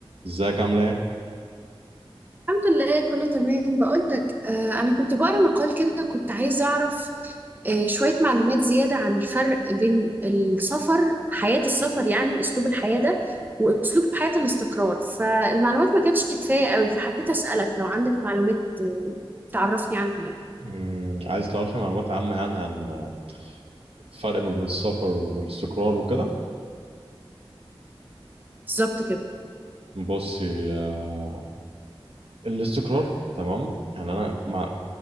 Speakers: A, on the right (about 75°); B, on the right (about 20°).
A: ازيك عاملة ايه؟
B: الحمد لله كله تمام بقولك آه أنا كنت بقرأ مقال كده كنت عايزة أعرف آه شوية معلومات زيادة عن الفرق بين السفر حياة السفر يعني أسلوب الحياة ده وأسلوب حياة الاستقرار فالمعلومات ما كانتش كفاية قوي فحبيت أسألك لو عندك معلومات آه، تعرفني عنها يعني
A: مم، عايز تعرفي معلومات عامة يعني عن الفرق ما بين السفر والاستقرار وكده؟
B: بالظبط كده
A: بصي آه، الاستقرار تمام يعني انا مع...